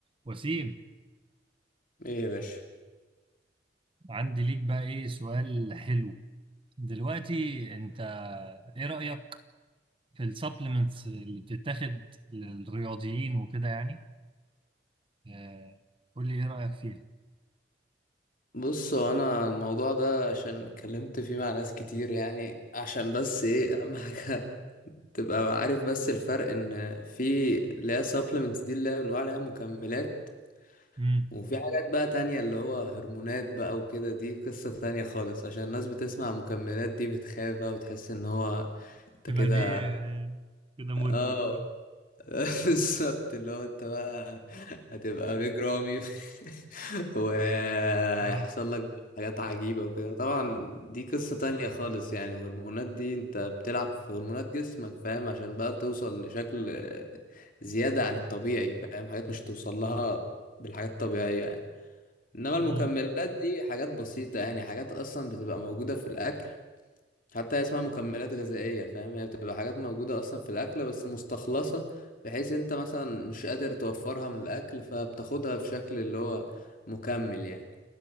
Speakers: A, on the right (about 30°); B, on the left (about 50°).
A: وسيم
B: ايه يا باشا
A: عندي ليك بقى ايه سؤال حلو دلوقتي انت ايه رأيك في السبلمنتس اللي بتتاخد للرياضيين وكده يعني آه، قول لي ايه رأيك فيها
B: بص هو انا الموضوع ده عشان اتكلمت فيه مع ناس كتير يعني عشان بس ايه اهم حاجه <laughs> تبقى عارف بس الفرق ان في اللي هي supplements دي اللي هي بنقول عليها مكملات
A: امم
B: وفي حاجات بقى تانية اللي هو هرمونات بقى وكده دي قصة تانية خالص عشان الناس بتسمع مكملات دي بتخاف بقى وتحس ان هو انت
A: تبقى
B: كده
A: دي آه، كده مدمن
B: اه
A: بقى
B: <laughs> بالظبط اللي هو انت بقى هتبقى بيج رامي <laughs> وهيحصل
A: اه
B: لك حاجات عجيبة وكده طبعا دي قصة تانية خالص يعني الهرمونات دي انت بتلعب في هرمونات جسمك فاهم عشان بقى توصل لشكل زيادة عن الطبيعي فاهم حاجات مش توصل لها بالحاجات الطبيعية يعني انما المكملات
A: امم
B: دي حاجات بسيطة يعني حاجات اصلا بتبقى موجودة في الاكل حتى اسمها مكملات غذائية فاهم هي بتبقى حاجات موجودة أصلا في الأكل بس مستخلصة بحيث أنت مثلا مش قادر توفرها من الأكل فبتاخدها في شكل اللي هو مكمل يعني